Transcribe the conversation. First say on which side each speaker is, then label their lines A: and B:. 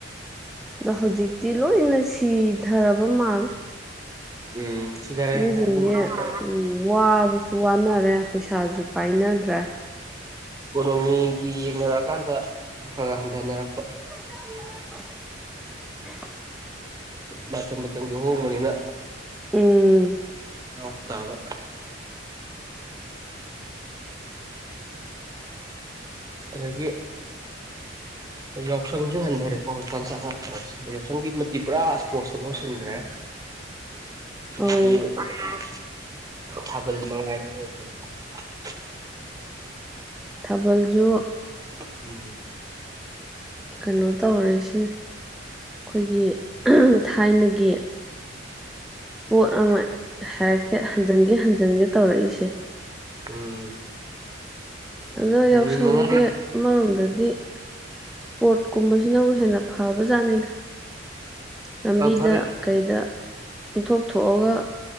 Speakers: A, in the centre; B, on the right (about 20°).
A: ꯑꯗꯣ ꯍꯧꯖꯤꯛꯇꯤ ꯂꯣꯏꯅ ꯁꯤꯊꯔꯕ ꯃꯥꯜꯂꯦ
B: ꯎꯝ ꯁꯤꯗꯔꯦ
A: ꯃꯤꯖꯤꯡꯁꯦ
B: ꯑꯗꯨ ꯃꯊꯛꯇ
A: ꯎꯝ ꯋꯥꯕꯁꯨ ꯋꯥꯅꯔꯦ ꯄꯩꯁꯥꯁꯨ ꯄꯥꯏꯅꯗ꯭ꯔꯦ
B: ꯏꯀꯣꯅꯣꯃꯤꯒꯤ ꯌꯦꯡꯅꯔꯛꯑꯥ ꯀꯥꯟꯗ ꯁꯨꯝ ꯈꯔ ꯈꯔ ꯍꯟꯊꯅꯔꯛꯄ
A: <inaudible>
B: ꯃꯇꯝ ꯃꯇꯝꯒꯤ ꯑꯍꯣꯡꯕꯅꯤꯅ
A: ꯎꯝ
B: ꯌꯥꯎꯕ ꯇꯥꯕ ꯑꯗꯒꯤ ꯌꯥꯎꯁꯪꯁꯨ ꯍꯟꯗꯔꯦꯀꯣ ꯍꯧꯖꯤꯛ ꯀꯥꯟꯁꯦ ꯑꯉꯥꯡ ꯀꯩꯅꯣꯁꯦ ꯌꯥꯎꯁꯪꯒꯤ ꯃꯍꯨꯠꯇꯤ ꯄꯨꯔꯥ ꯏꯁꯄꯣꯔꯠꯁꯇ ꯃꯍꯨꯠ ꯁꯤꯟꯒꯔꯦ ꯅꯣꯒꯤ
A: ꯑꯧ
B: ꯎꯝ ꯊꯥꯕꯜ ꯃꯉꯥꯜ <unintelligible>
A: ꯊꯥꯕꯜꯁꯨ
B: ꯎꯝ
A: ꯀꯩꯅꯣ ꯇꯧꯔꯦꯁꯤꯅ ꯈꯣꯏꯒꯤ ꯊꯥꯏꯅꯒꯤ ꯄꯣꯠ ꯑꯃ ꯍꯥꯏꯔꯛꯀꯦ ꯍꯟꯖꯟꯒꯦ ꯍꯟꯖꯟꯒꯦ ꯇꯧꯔꯛꯏꯁꯦ
B: ꯎꯝ
A: ꯑꯗꯣ
B: ꯅꯨꯃꯤꯠ
A: ꯌꯥꯎꯁꯪꯁꯦ
B: ꯃꯉꯥꯅꯤ
A: ꯑꯃꯔꯣꯝꯗꯗꯤ ꯏꯁꯄꯣꯔꯠꯀꯨꯝꯕꯁꯤꯅꯕꯨ ꯍꯦꯟꯅ ꯐꯕ ꯖꯥꯠꯅꯤꯗ ꯂꯝꯕꯤꯗ
B: ꯐꯔꯦ
A: ꯀꯩꯗ ꯄꯨꯡꯊꯣꯛ ꯊꯣꯛꯑꯒ